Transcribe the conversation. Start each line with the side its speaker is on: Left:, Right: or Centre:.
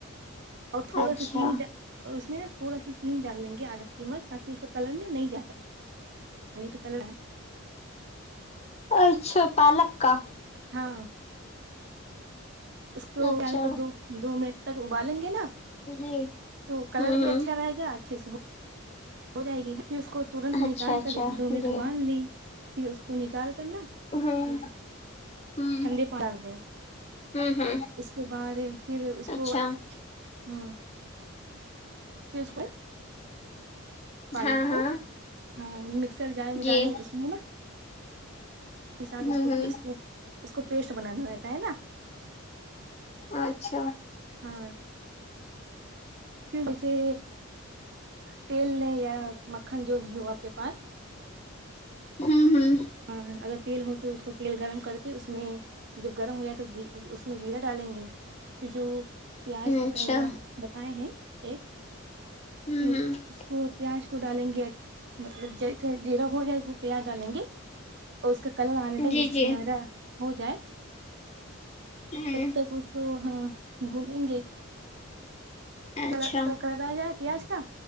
Right: اور تھوڑا
Left: اچھا
Right: سا چینی ڈال اور اس میں نا تھوڑا ساچینی ڈال دیں گے آدھا چمچ تاکہ اس کا کلر نا نہیں جاتا نہیں تو کلر ہے
Left: اچھا پالک کا
Right: ہاں اس کو
Left: اچھا
Right: ابال کر دو دو منٹ تک ابالیں گے نا
Left: جی
Right: تو کلر
Left: ہوں
Right: بھی
Left: ہوں
Right: اچھا رہے گا اچھے سے ہو ہو جائے گی پھر اس کو ترنت
Left: اچھا
Right: نکال
Left: اچھا
Right: کر اسے دو مٹ
Left: جی
Right: ابال لی پھر اس کو نکال کرنا
Left: ہوں
Right: جیسے
Left: ہوں
Right: ٹھنڈے پان ڈال دیں
Left: ہوں ہوں
Right: اس کے بعد پھر اس
Left: اچھا
Right: کو ہ پھر اس کو پالک
Left: ہاں
Right: کو
Left: ہاں
Right: ہاں مکسر جار میں
Left: جی
Right: ڈالے اس میں نا کے ساتھ
Left: ہوں
Right: اس کو
Left: ہوں
Right: پیسنے اس کو پیسٹ بنانا رہتا ہے نا
Left: اچھا
Right: ہاں پھر جے تیل ل یا مکھن جو بھی ہو آپ کے پاس
Left: ہوں ہوں
Right: ہاں اگر تیل ہو تو اس کو تیل گرم کر کے اس میں جب گرم ہو جائے تو اس میں زیرہ ڈالیں گے جو پیاز کٹا
Left: اچھا
Right: ہوا بتائے ہیں ایک
Left: ہوں
Right: تو
Left: ہوں
Right: اس کو پیاز کو ڈالیں گے مطلب جیسے جیرا ہو جائے اس میں پیاز ڈالیں گے اور اس کا کلر آنے تک
Left: جی
Right: جیسے سنہرا
Left: جی
Right: ہو جائے
Left: ہوں
Right: تب تک اس کو ہاں بھونیگے کالر
Left: اچھا
Right: کا کالر آ جائے پیاز کا